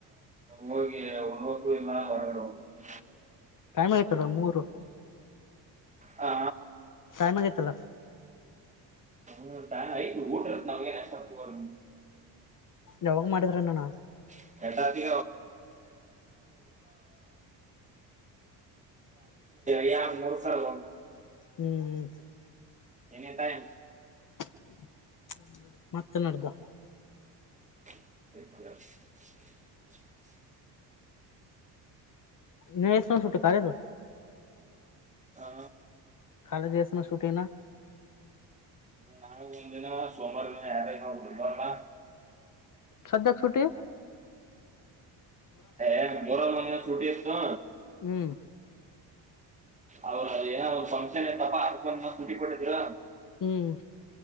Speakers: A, on the right; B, on the left.
A: ಹೋಗಿ <unintelligible>
B: ಟೈಮ್ ಆಯತಲ್ಲ ಮೂರು
A: ಹಾ
B: ಚನ್ನಾಗತ್ತಲ್ಲ
A: ಹ ಟೈಮ್ ಆಯ್ತು ಊಟ್ರತ್ ನಮ್ಗೆ ಏನ್ ಹಸ್ವಾಗ್ತಿಲ್ಲ
B: ಯಾವಾಗ ಮಾಡಿದ್ರಣ
A: <unintelligible> ರಾತ್ರಿ ಯಾರ ಮೂರು ಸಾವರ್ ಹಂಗ
B: ಹ್ಮ್ ಹ್ಮ್
A: ಎನಿಟೈಮ್
B: <unintelligible> ಮತ್ತೆ ನಡೆದ
A: <unintelligible>
B: ನೀ ಎಷ್ಟೊತ್ತಿಗೆ ಬಿಟ್ಟ ಕಾಲೇಜು
A: ಹಾ
B: ಕಾಲೇಜು ಎಸ್ನ ಶೂಟಿಂಗ್ನ
A: ಇ ನಾವ ಒಂದಿನ ಸೋಮವಾರ ಯಾರಿನ ಊರಿಗ್ಬರ್ನಾ
B: ಸದ್ಯಕ್ಕೆ
A: ಏ ಬರ ಮನೆೆ ಸುಟ್ಟಿತ್ತು
B: ಹ್ಮ್
A: ಅವ್ರ ಅದ ಏನ ಒಂದ್ ಫಂಕ್ಷನ್ ಇಐತ್ತಪ್ಪಾ ಅದ್ ಬಂದ ಸುಧಿ ಕೊಟ್ಟಿದೀರ
B: ಹ್ಮ್